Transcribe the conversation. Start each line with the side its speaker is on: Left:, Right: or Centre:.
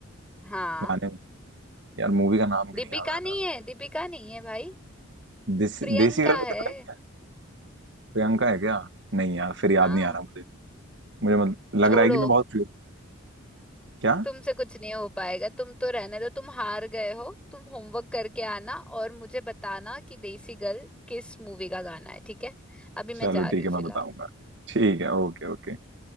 Centre: हाँ
Right: गाने में यार मूवी का नाम क्यों
Centre: दीपिका
Right: नहीं याद आ
Centre: नहीं
Right: रहा
Centre: है दीपिका नहीं है भाई
Right: देसी
Centre: प्रियंका
Right: देसी गर्ल में
Centre: है
Right: दीपिका नहीं है? प्रियंका है क्या नहीं यार फिर याद
Centre: हाँ
Right: नहीं आ रहा मुझे मुझे मत, लग
Centre: छोड़ो
Right: रहा है कि मैं बहुत फ्री हूँ। क्या
Centre: तुमसे कुछ नहीं हो पाएगा तुम तो रहने दो तुम हार गए हो तुम होमवर्क करके आना और मुझे बताना कि देसी गर्ल किस मूवी का गाना है ठीक है अभी
Right: चलो
Centre: मैं जा रही
Right: ठीक
Centre: हूँ
Right: है
Centre: फिलहाल
Right: मैं बताऊंगा ठीक है ओके ओके